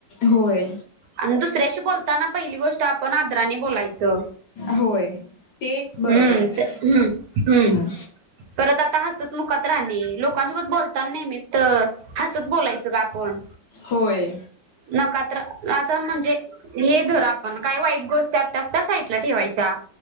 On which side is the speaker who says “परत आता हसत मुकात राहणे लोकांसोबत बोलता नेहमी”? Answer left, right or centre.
Right